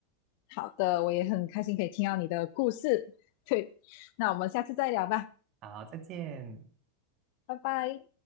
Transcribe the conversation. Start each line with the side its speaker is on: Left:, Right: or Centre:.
Left: 好的，我也很开心可以听到你的故事。对，那我们下次再聊吧，
Right: 好，再见。
Left: 拜拜。